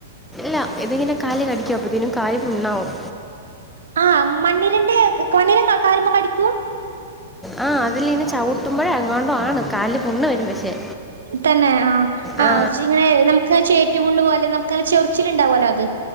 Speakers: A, in the centre; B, on the right.
A: അല്ല, ഇത്ങ്ങനെ കാലില് കടിക്കും, അപ്പോത്തിനും കാല് പുണ്ണാവും.
B: ആഹ്, മണ്ണിരെന്റെ മണ്ണിര കാല്മ്മെ കടിക്കും?
A: ആഹ്, അതില് ഇങ്ങനെ ചവുട്ടുമ്പഴോ എങ്ങാണ്ടോ ആണ് കാലില് പുണ്ണ് വരും, പക്ഷേ
B: തന്നെ ആഹ്, ആഹ്
A: ആ
B: ചി ഇങ്ങനെ നമക്ക് ചേറ്റുപുണ്ണ് പോലെ നമുക്കങ്ങനെ ചൊറിച്ചില്ണ്ടാവല്ലോ അത്.